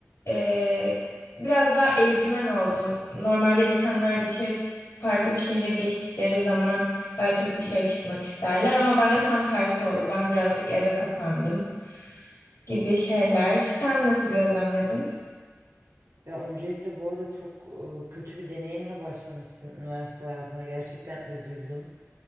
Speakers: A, on the left; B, on the right.
A: e, biraz daha evcimen oldum. Normalde insanlar dışarı farklı bir şehre geçtikleri zaman daha çok dışarı çıkmak isterler ama bende tam tersi oldu. Ben birazcık eve kapandım gibi şeyler. Sen nasıl gözlemledin?
B: Ya öncelikle bu arada çok e, kötü bir deneyimle başlamışsın üniversite hayatına. Gerçekten üzüldüm.